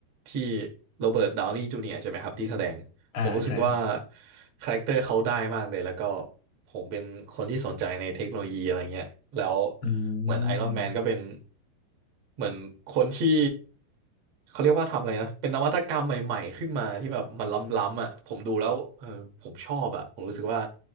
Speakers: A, on the right (about 65°); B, on the left (about 75°).
A: ที่โรเบิร์ตดาวนีย์จูเนียร์ใช่ไหมครับที่แสดง
B: อ่าใช่ครับ
A: ผมรู้สึกว่าคาแรคเตอร์เขาได้มากเลยแล้วก็ผมเป็นคนที่สนใจในเทคโนโลยีอะไรเงี้ยแล้ว
B: อืม
A: เหมือนไอรอนแมนก็เป็นเหมือนคนที่เขาเรียกว่าทำอะไรนะเป็นนวัตกรรมใหม่ๆขึ้นมาที่แบบมันล้ำๆอ่ะผมดูแล้วเออผมชอบอ่ะผมรู้สึกว่า